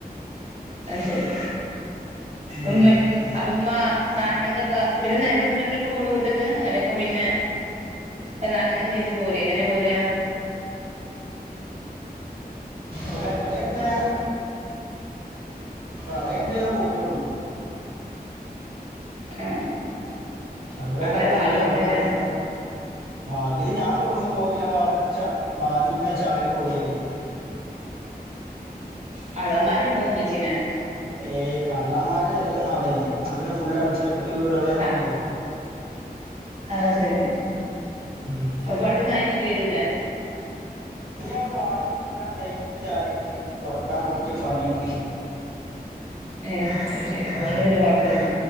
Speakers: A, on the right; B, on the right.
A: അത് ശെരി
B: ഉം.
A: ഉമ്മ അപ്പ ഉമ്മ നാല് മണിക്കൊക്കെ പിന്നെ നേരം വെള്ത്ത്ട്ടന്നെ പോവൊള്ളൂ വീട്ടിക്ക് അല്ലെങ്കിൽ പിന്നെ നാല് മണിക്ക് നീറ്റ് പോരെ എങ്ങനെ പോരേ
B: നല്ല കളിണ്ടെ കളിണ്ടേൽ ഞാൻ പോരുള്ളൂ
A: ആ
B: അത് വരെ
A: അപ്പൊ ആരാ
B: ഉറങ്ങൂല
A: വാതില് തുറന്ന്
B: ഉറങ്ങാതിരിക്കും
A: തരാ
B: വാതില് ഞാൻ തുറന്ന് പോക പിന്നെ വാതില് ച വാതിൽ പിന്നെ ചാരി പോവല്
A: കള്ളന്മാരൊണ്ടോവും ഇമ്മച്ചിനെ
B: ഏയ് കള്ളമ്മാരെ ശല്യോന്നും അവിടെ ഇല്ല അവിടെ പിന്നെ ഫുള്ള് അടുത്തടുത്ത് വീടുകളായത്
A: ആ
B: കൊണ്ടേ
A: അത് ശരി
B: ഉം
A: അപ്പൊ പട്ടിം നായി ഒന്നും കേരൂലേ
B: ഇനി ആ വാതില് നല്ല ടൈറ്റില് ചാരി ഉണ്ടെങ്കിൽ പിന്നെ തുറക്കാൻ കുറച്ച് പണി ആണ്
A: ഏ അത് ശരി അതുകൊണ്ട്
B: ഉം.
A: പിന്നെ കൊഴപ്പല്ല